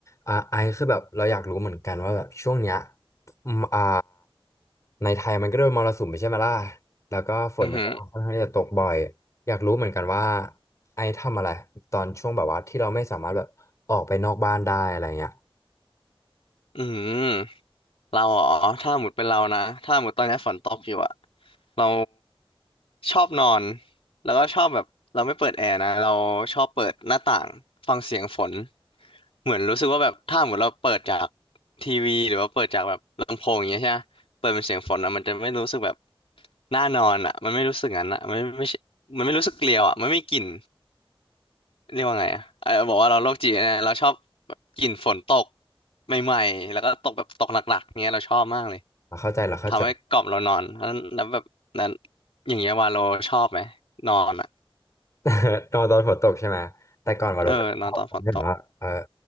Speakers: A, on the left; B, on the left.
A: อ่าไอคือแบบเราอยากรู้เหมือนกันว่าแบบช่วงเนี้ยอืมอ่าในไทยมันก็โดนมรสุมไปใช่ไหมล่ะแล้วก็ฝนมันก็ค่อนข้างที่จะตกบ่อย
B: อือหือ
A: อยากรู้เหมือนกันว่าไอทำอะไรตอนช่วงแบบว่าที่เราไม่สามารถแบบออกไปนอกบ้านได้อะไรเงี้ย
B: อือหือเราอ๋อถ้าหมดเป็นเรานะ ถ้าหมดตอนนี้ฝนตกอยู่อะเราชอบนอน แล้วก็ชอบแบบเราไม่เปิดแอร์นะเราชอบเปิดหน้าต่างฟังเสียงฝนเหมือนรู้สึกว่าแบบถ้าหมดเราเปิดจากทีวีหรือว่าเปิดจากแบบลำโพงอย่างเงี้ยใช่ไหมเปิดเป็นเสียงฝนอะมันจะไม่รู้สึกแบบน่านอนอะ มันไม่รู้สึกงั้นอะมันไม่ไม่ใช่มันไม่รู้สึกเกลียวอะมันไม่มีกลิ่น เรียกว่าไงอ่ะเออบอกว่าเราโรคจิตนะ เราชอบแบบกลิ่นฝนตกใหม่ๆ แล้วก็ตกแบบตกหนักๆเนี้ยเราชอบมากเลย
A: เราเข้าใจเราเข้าใจ
B: ทำให้กล่อมเรานอนแล้วแล้วแบบนั้นอย่างเงี้ยวาโลชอบไหมนอนอ่ะ
A: <laughs> ตอนตอนฝนตกใช่ไหมแต่ก่อนว่าเราก็ชอบแบบว่าเออ
B: เออนอนตอนฝนตก